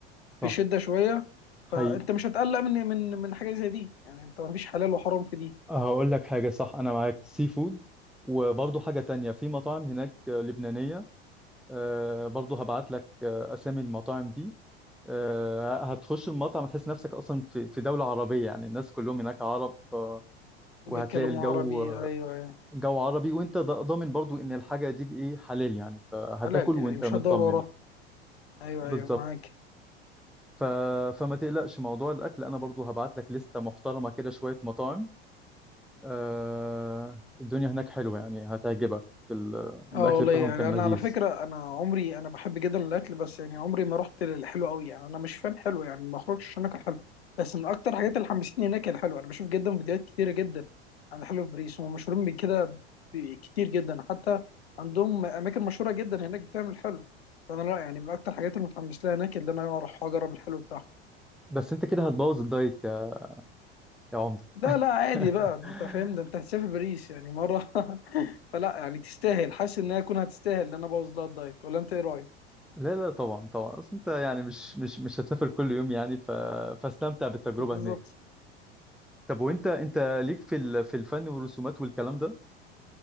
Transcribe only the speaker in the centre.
صح
حقيقي
هقول لك حاجة صح أنا معاك سي فود وبرضه حاجة تانية في مطاعم هناك آه، لبنانية آه، برضه هبعت لك آه، أسامي المطاعم دي آه، هتخش المطعم هتحس نفسك أصلا في في دولة عربية يعني الناس كلهم هناك عرب آه،
وهتلاقي الجو
آه،
جو عربي وأنت ض- ضامن برضه إن الحاجة دي إيه حلال يعني فهتاكل
وأنت
مطمن
بالظبط
ف... فما تقلقش موضوع الاكل انا برضو هبعت لك لستة محترمة كده شوية مطاعم آه... الدنيا هناك حلوة يعني هتعجبك ال... الاكل
بتاعهم
كان
لذيذ
بس انت كده هتبوظ الدايت يا يا عمدة
<laughs>
لا لا طبعا طبعا اصل انت يعني مش مش مش هتسافر كل يوم يعني ف... فاستمتع بالتجربة
هناك طب وانت انت ليك في ال... في الفن والرسومات والكلام ده